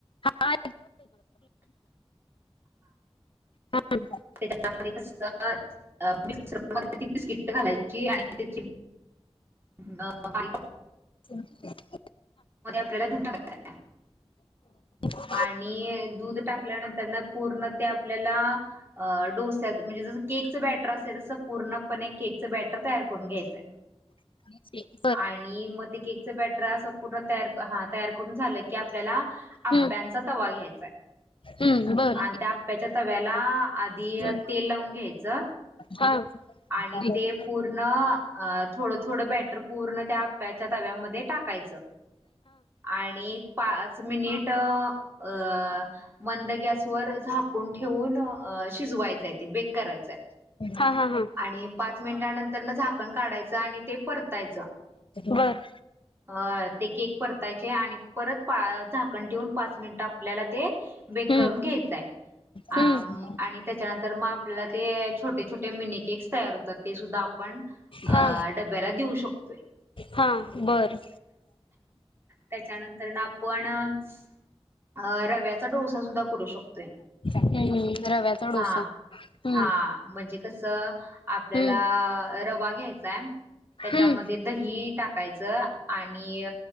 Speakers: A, on the left (about 55°); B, on the right (about 20°).
A: मा <unintelligible>
B: ्र <unintelligible> तिथे स्किट्ट घालायची आणि त्याची <unintelligible>
A: <inaudible>
B: मध्ये आपल्याला दुटका <unintelligible>
A: ह <inaudible>
B: आणि दूध टाकल्यानंतर ना पूर्ण ते आपल्याला अ डोस्या म्हणजे जसं केकच बॅटर असेल तसं पूर्णपणे केक बॅटर तयार करून घ्यायचंय.
A: अ <unintelligible>
B: आणि मग ते केकचं बॅटर असं पूर्ण तयार हा तयार करून झालं की आपल्याला आप्प्यांचा
A: हम्म,
B: तवा घ्यायचाय
A: हम्म, बर
B: आणि त्या आप्पांच्या तव्याला आधी
A: हम्म,
B: तेल लावून घ्यायचं.
A: हा
B: आणि
A: हा
B: ते पूर्ण अ थोडं थोडं बॅटर पूर्ण त्या आप्याच्या तव्यामध्ये टाकायचं. आणि एक पाच मिनिट अ मंद गॅसवर गॅस व झाकून ठेवून शिजवायचय ते बेक करायचं.
A: हा हा हा
B: आणि पाच मिनिटानंतर न झाकण काढायचं आणि ते परतायचं.
A: बरं
B: आय ते केक परतायचे आणि परत पाळ झाकण ठेवून पाच मिनिट आपल्याला ते बेक
A: हम्म,
B: करून घ्यायचंय. आम
A: हम्म,
B: आणि त्याच्यानंतर मग आपल्याला ते छोटे छोटे मिनि केक <unintelligible> होतात ते सुद्धा आपण अ
A: हा
B: डब्याला देऊ शकतोय.
A: हा बरं.
B: त्याच्यानंतर ना आपण अ रव्याचा डोसा सुद्धा करू शकतोय
A: हम्म रव्याचा डोसा
B: हा.
A: हम्म
B: हा म्हणजे कसं आपल्याला
A: हम्म
B: रवा घ्याय चाय त्याच्यामध्ये
A: हम्म
B: दही टाकायचं आणि